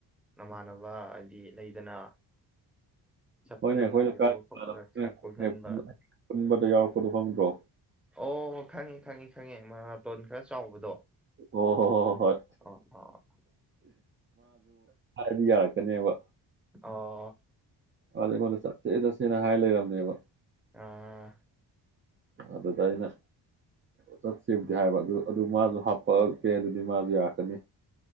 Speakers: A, in the centre; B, on the right (about 30°).
A: ꯅꯃꯥꯟꯅꯕ ꯍꯥꯏꯗꯤ ꯂꯩꯗꯅ ꯆꯠꯄ
B: ꯍꯣꯏꯅꯦ
A: ꯅꯨꯡꯉꯥꯏꯒꯗꯕ
B: ꯑꯩꯈꯣꯏꯅ
A: ꯈꯣꯠꯀꯗꯕ ꯈꯔ ꯀꯣꯏꯒꯟꯕ
B: ꯄꯨꯟꯕꯗ ꯌꯥꯎꯔꯛꯄꯗꯣ ꯐꯪꯗ꯭ꯔꯣ
A: ꯑꯣ ꯈꯪꯉꯤ ꯈꯪꯉꯤ ꯈꯪꯉꯤ ꯃꯔꯅꯥꯇꯣꯟ ꯈꯔ ꯆꯥꯎꯕꯗꯣ
B: ꯍꯣ ꯍꯣ ꯍꯣ ꯍꯣꯏ
A: ꯑꯥ ꯑꯥ
B: ꯗꯤ ꯌꯥꯂꯛ ꯀꯅꯤꯕ
A: ꯑꯣ
B: ꯑꯗꯦ ꯍꯂꯦ ꯆꯦꯦ ꯁꯤꯅ ꯍꯥꯏ ꯂꯩꯔꯝꯅꯦꯕ
A: ꯑꯥ
B: ꯑꯗꯨꯗ ꯑꯩꯅ ꯆꯠꯁꯤꯕꯨꯗꯤ ꯍꯥꯏꯕ ꯑꯗꯨ ꯑꯗꯨ ꯃꯥꯁꯨ ꯍꯥꯞꯄꯛꯀꯦ ꯑꯗꯨꯗꯤ ꯃꯥꯁꯨ ꯌꯥꯔꯛꯀꯅꯤ